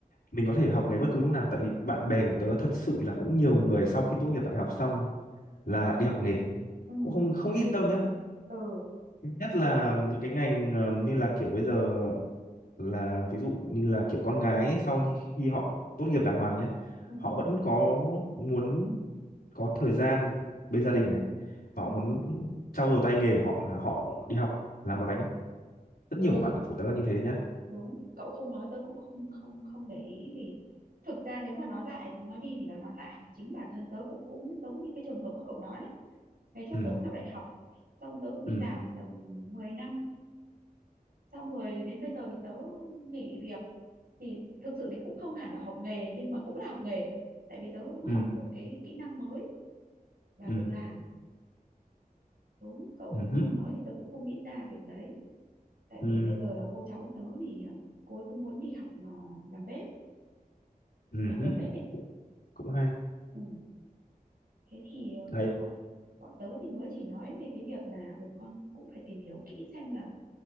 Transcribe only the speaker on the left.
mình có thể học nghề bất cứ lúc nào tại vì bạn bè của tớ thật sự là cũng nhiều người sau khi tốt nghiệp đại học xong là lại đi học nghề
cũng không không ít đâu nhá
nhất là những cái ngành ờ, như là kiểu bây giờ là ví dụ như là kiểu con gái ấy, sau khi, khi họ tốt nghiệp đàng hoàng nhé
họ vẫn có muốn có thời gian bên gia đình này họ
muốn trau dồi tay nghề của họ là họ đi học làm bánh rất nhiều
của bạn của tớ là như thế nhá
ừ
ừ
ừ
ừ
ừ
hứ,
ừ
ừ
hứ.
cũng cũng hay
đấy